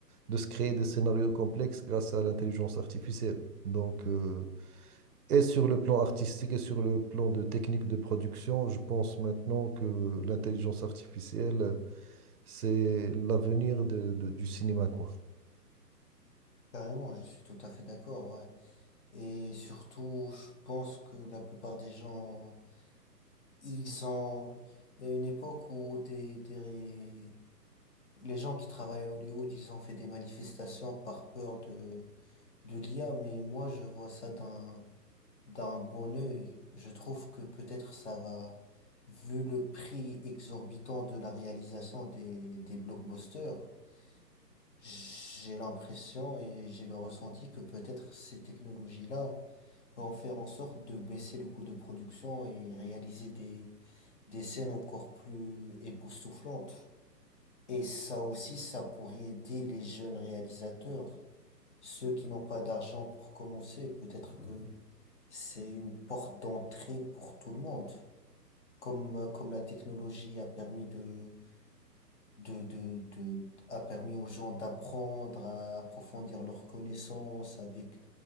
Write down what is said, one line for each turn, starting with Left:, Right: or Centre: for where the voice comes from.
Right: de se créer des scénarios complexes grâce à l'intelligence artificielle. Donc, euh, et sur le plan artistique et sur le plan de technique de production, je pense maintenant que l'intelligence artificielle, euh, c'est l'avenir de- de- du cinéma, quoi.
Left: Carrément, je suis tout à fait d'accord, ouais. Et surtout, je pense que la plupart des gens, ils ont... Il y a une époque où des, des... les gens qui travaillent à Hollywood, ils ont fait des manifestations par peur de, de l'IA, mais moi, je vois ça d'un, d'un bon œil. Je trouve que peut-être ça va, vu le prix exorbitant de la réalisation des, des blockbusters, j'ai l'impression et j'ai le ressenti que peut-être ces technologies-là, en faire en sorte de baisser le coût de production et réaliser des, des scènes encore plus époustouflantes. Et ça aussi, ça pourrait aider les jeunes réalisateurs, ceux qui n'ont pas d'argent pour commencer. Peut-être que c'est une porte d'entrée pour tout le monde. Comme, comme la technologie a permis de de, de, de, a permis aux gens d'apprendre, à approfondir leurs connaissances avec